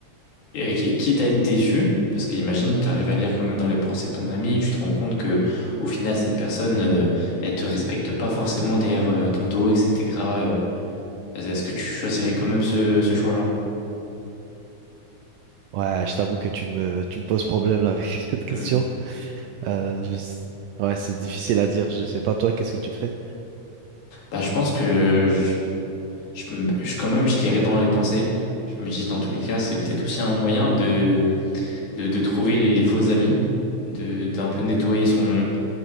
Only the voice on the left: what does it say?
Et qui- quitte à être déçu, parce qu'imagine, tu arrives à lire quand même dans les pensées de ton ami et tu te rends compte que au final, cette personne, euh, elle te respecte pas forcément derrière euh, ton dos, etc. euh, est-ce que tu choisirais quand même ce, ce choix-là?
Mm.
Bah, je pense que je- Je, me- je- quand même, je l'irai dans les pensées. Je me dis, dans tous les cas, c'est peut-être aussi un moyen de, de, de trouver les, les faux amis, de, d'un peu nettoyer son,